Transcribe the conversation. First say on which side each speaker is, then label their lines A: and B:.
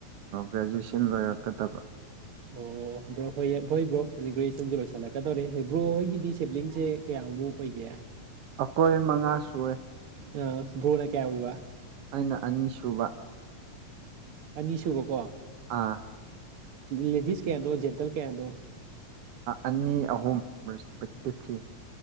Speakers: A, on the right; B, on the right.
A: ꯒ꯭ꯔꯦꯖꯨꯑꯦꯁꯟ ꯂꯣꯏꯔꯛꯀꯗꯕ
B: ꯑꯣ ꯕ꯭ꯔꯣ ꯍꯣꯏ ꯍ ꯍꯣꯏ ꯕ꯭ꯔꯣꯗꯤ ꯒ꯭ꯔꯦꯖꯨꯦꯁꯟꯁꯨ ꯂꯣꯏꯁꯤꯜꯂꯛꯀꯗꯧꯔꯦ ꯕ꯭ꯔꯣ ꯍꯣꯏꯒꯤꯗꯤ ꯁꯦꯕꯂꯤꯡꯁꯦ ꯀꯌꯥꯃꯨꯛ ꯑꯣꯏꯒ
A: ꯑꯩꯈꯣꯏ ꯃꯉꯥ ꯁꯑꯦ
B: ꯑ ꯣꯅ ꯀꯌꯥ ꯑꯣꯏꯕ
A: ꯑꯩꯅ ꯑꯅꯤ ꯁꯨꯕ
B: ꯑꯅꯤ ꯁꯕꯀꯣ
A: ꯑꯥ
B: ꯂꯦꯗꯤꯁ ꯀꯌꯥꯅꯣ ꯖꯦꯟꯇꯜ ꯀꯌꯥꯅꯣ
A: ꯑꯅꯤ ꯑꯍꯨꯝ ꯔꯦꯁꯄꯦꯛꯇꯤꯚꯂꯤ